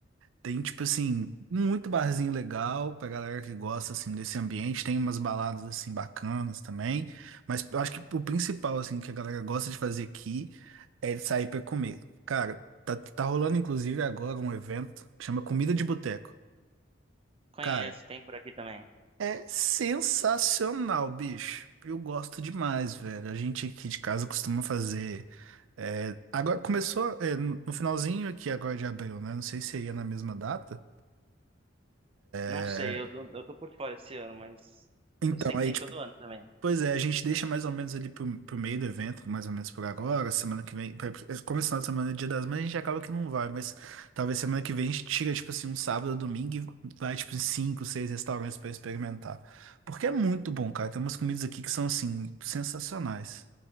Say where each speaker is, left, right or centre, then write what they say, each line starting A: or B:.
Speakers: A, on the right; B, on the right.
A: Tem, tipo assim, muito barzinho legal pra galera que gosta, assim, desse ambiente. Tem umas baladas, assim, bacanas também. Mas eu acho que o principal, assim, que a galera gosta de fazer aqui é sair pra comer. Cara, tá, tá rolando, inclusive, agora um evento que chama Comida de Boteco.
B: Conheço,
A: Cara,
B: tem por aqui também.
A: é sensacional, bicho. Eu gosto demais, velho. A gente aqui de casa costuma fazer. é, agora começou, é, no no finalzinho aqui agora de abril, né? Não sei se ia na mesma data.
B: Não
A: É,
B: sei, eu tô, eu tô por fora esse ano, mas
A: Então,
B: eu sei
A: aí,
B: que tem todo ano também.
A: Pois é, a gente deixa mais ou menos ali pro, pro meio do evento, mais ou menos por agora, semana que vem, pra- como esse final de semana é dia das mães, a gente acaba que não vai, mas talvez semana que vem a gente tira, tipo assim, um sábado, domingo e vai, tipo, em cinco, seis restaurantes pra experimentar. Porque é muito bom, cara, tem umas comidas aqui que são, assim, sensacionais.